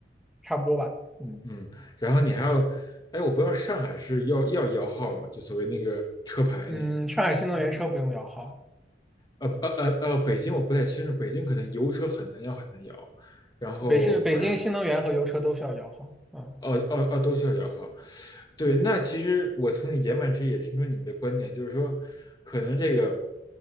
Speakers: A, in the centre; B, on the left (about 25°).
A: 差不多吧。嗯
B: 嗯，然后你还要，哎，我不知道上海是要要摇号吗？就所谓那个车牌那个，
A: 嗯，上海新能源车不用摇号，
B: 呃呃呃呃，北京我不太清楚，北京可能油车很难摇，很难摇，然后反正
A: 北是北京新能源和油车都需要摇号。嗯，
B: 哦哦哦都需要摇号，对，
A: 对
B: 那其实我从你言外之意也听出你的观点，就是说，可能这个